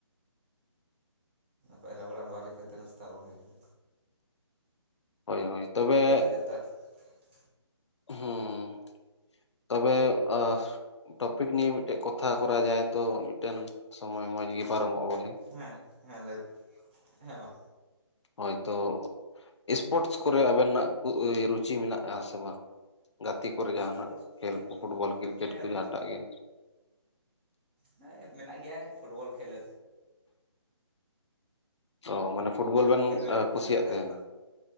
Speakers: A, on the right; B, on the left.
A: ᱯᱟᱭᱨᱟ ᱵᱟᱲᱟ ᱵᱟᱝ ᱦᱩᱭ ᱠᱟᱱᱛᱮ ᱱᱟᱥᱛᱟ ᱵᱟᱝ ᱦᱩᱭ ᱠᱟᱱᱟ᱾
B: ᱦᱳᱭ ᱦᱳᱭ, ᱛᱚᱵᱮ
A: <unintelligible>
B: ᱦᱩᱸ, ᱛᱚᱵᱮ ᱟ ᱴᱚᱯᱤᱠ ᱱᱤᱭᱮ ᱢᱤᱫᱴᱮᱱ ᱠᱚᱛᱷᱟ ᱠᱚᱨᱟ ᱡᱟᱭ ᱛᱚ ᱢᱤᱫᱴᱮᱱ ᱥᱚᱢᱚᱭ ᱢᱚᱸᱡᱽ ᱜᱮ ᱯᱟᱨᱚᱢᱚᱜ-ᱟ ᱵᱚᱞᱮ᱾
A: ᱦᱮᱸ ᱦᱮᱸ ᱞᱟᱹᱭ ᱦᱮᱸ ᱢᱟ
B: ᱦᱳᱭᱛᱚ ᱮᱥᱯᱳᱴ ᱠᱚᱨᱮ ᱟᱵᱮᱱᱟᱜ ᱤᱭᱟᱹ ᱨᱩᱪᱤ ᱢᱮᱱᱟᱜ-ᱟ ᱥᱮ ᱵᱟ? ᱜᱟᱛᱤ ᱠᱚᱨᱮ ᱡᱟᱸᱦᱟᱱᱟᱜ
A: ᱥᱯᱳᱨᱴᱥ ᱠᱚᱨᱮ
B: ᱠᱷᱮᱹᱞ
A: ᱫᱚ
B: ᱠᱚ ᱯᱷᱩᱴᱵᱚᱞ ᱠᱮᱨᱠᱮᱴ
A: ᱦᱮᱸ
B: ᱠᱚ
A: ᱨᱩᱪᱤ
B: ᱡᱟᱸᱦᱟᱴᱟᱜ ᱜᱮ᱾
A: ᱦᱮᱸ ᱢᱮᱱᱟᱜ ᱜᱮᱭᱟ ᱯᱷᱩᱴᱵᱚᱞ ᱠᱷᱮᱹᱞ᱾
B: ᱚ, ᱢᱟᱱᱮ ᱯᱷᱩᱴᱵᱚᱞ ᱵᱮᱱ
A: ᱠᱷᱮᱞ ᱨᱮ
B: ᱠᱩᱥᱤᱭᱟᱜ
A: ᱢᱮᱱᱟᱜ ᱟᱠᱟᱫᱟ
B: ᱛᱟᱸᱦᱮᱱᱟ?